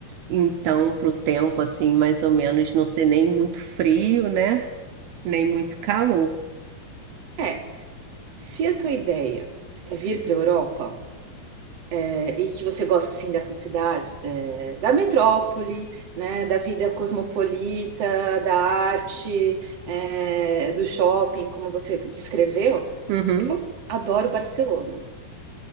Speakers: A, on the right (about 75°); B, on the right (about 45°).
A: Então, pro tempo assim, mais ou menos, não ser nem muito frio, né? Nem muito calor.
B: É, se a tua ideia é vir para a Europa. É, e que você gosta assim dessa cidade, é, da metrópole, né, da vida cosmopolita, da arte, é, do shopping, como você descreveu.
A: Uhum.
B: Eu adoro Barcelona.